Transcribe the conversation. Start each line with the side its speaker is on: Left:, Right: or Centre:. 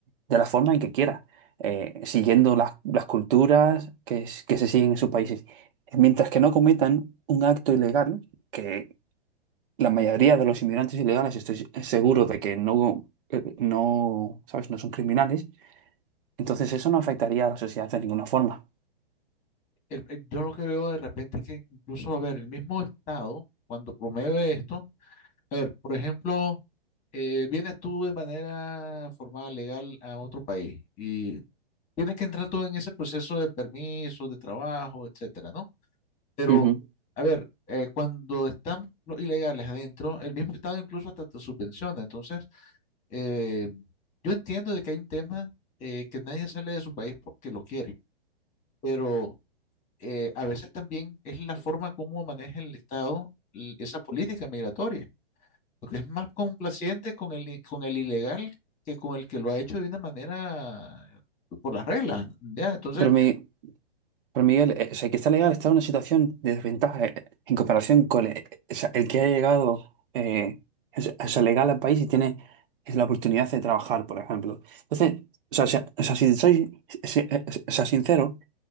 Right: de la forma en que quiera, eh, siguiendo las, las culturas que, es- que se siguen en sus países. Mientras que no cometan un acto ilegal, que la mayoría de los inmigrantes ilegales estoy seguro de que no, eh, no, ¿sabes? No son criminales. Entonces eso no afectaría a la sociedad de ninguna forma.
Left: el- el- yo lo que veo de repente es que incluso, a ver, el mismo Estado, cuando promueve esto, a ver, por ejemplo, eh, vienes tú de manera formal, legal, a otro país y tienes que entrar todo en ese proceso de permisos, de trabajo, etcétera, ¿no? Pero,
Right: Ujú.
Left: a ver, eh, cuando están los ilegales adentro, el mismo Estado incluso hasta te subvenciona. Entonces, eh, yo entiendo de que hay un tema eh, que nadie sale de su país porque lo quiere, pero eh, a veces también es la forma como maneja el Estado l- esa política migratoria, porque es más complaciente con el, i- con el ilegal que con el que lo ha hecho de una manera por las reglas, ¿ya? Entonces,
Right: Pero, mi, pero Miguel, eh, o sea, el que está legal está en una situación de desventaja eh, en comparación con eh, o sea, el que ha llegado eh, es- o sea, legal al país y tiene la oportunidad de trabajar, por ejemplo. Entonces, o sea, si, o sea, si soy si- eh, o sea, sincero,